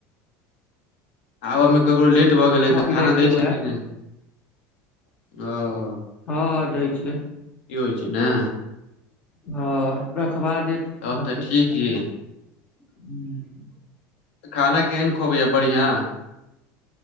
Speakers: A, on the left; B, on the left.
A: आबऽमे ककरो लेट भऽ गेलै
B: हँ
A: तऽ खाना
B: राखि
A: दै
B: देबै
A: छैय की नहि ओ।
B: हँ हँ दै छैय।
A: ई होइ छैय ने।
B: हाँ रखबा देत
A: तब
B: <unintelligible>
A: तऽ ठीक य खाना केहन खुअबैया बढ़ियां?